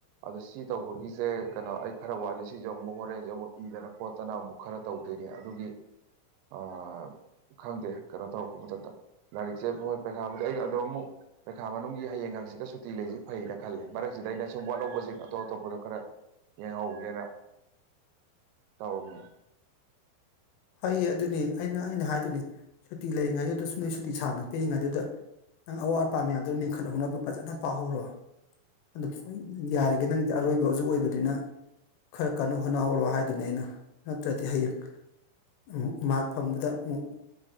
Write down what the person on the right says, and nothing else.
ꯑꯗꯣ ꯁꯤ ꯇꯧꯕꯒꯤꯁꯦ ꯀꯩꯅꯣ ꯑꯩ ꯈꯔ ꯋꯥꯠꯂꯦ ꯁꯤꯁꯦ ꯑꯃꯨꯛ ꯍꯣꯔꯦꯟꯁꯦ ꯑꯃꯨꯛ ꯏꯗꯅ ꯈꯣꯠꯇꯅ ꯑꯃꯨꯛ ꯈꯔ ꯇꯧꯗꯣꯏꯅꯤ ꯑꯗꯨꯒꯤ ꯑ ꯥꯈꯪꯗꯦ ꯀꯩꯅꯣ ꯇꯧꯔꯛꯄ ꯃꯇꯝꯗ ꯂꯥꯏꯔꯤꯛꯁꯦ ꯍꯣꯏ ꯄꯩꯈꯥꯕꯨꯗꯤ ꯑꯩꯩꯅ ꯑꯗꯨꯝ ꯑꯃꯨꯛ ꯄꯩꯈꯥ ꯃꯅꯨꯡꯒꯤ ꯍꯌꯦꯡꯒ ꯍꯥꯡꯁꯤꯠꯒ ꯁꯨꯇꯤ ꯂꯩꯁꯤ ꯐꯩꯌꯦꯅ ꯈꯜꯂꯦ ꯃꯔꯛꯁꯤꯗ ꯑꯩꯅ ꯁꯨꯝ ꯋꯥꯠꯍꯧꯕꯁꯤꯡ ꯑꯇꯣꯞ ꯑꯇꯣꯞꯄꯗ ꯈꯔ ꯌꯦꯡꯍꯧꯒꯦꯅ ꯇꯧꯔꯝꯃꯤ